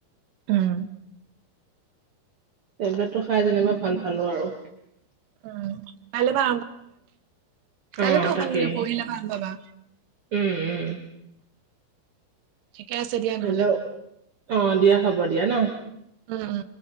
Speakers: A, on the right (about 70°); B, on the right (about 50°).
A: উম
B: টেবলেটটো খাই যেনিবা ভাল পালো আৰু।
A: উম কাইলৈবা কাইলেতো
B: অ
A: অকল
B: তাকেই
A: পঢ়িলে ভাল পাবা।
B: উম উম
A: ঠিকে আছে দিয়া
B: হেল্ল'
A: নহ'লে।
B: অ দিয়া হ'ব দিয়া ন।
A: উম উম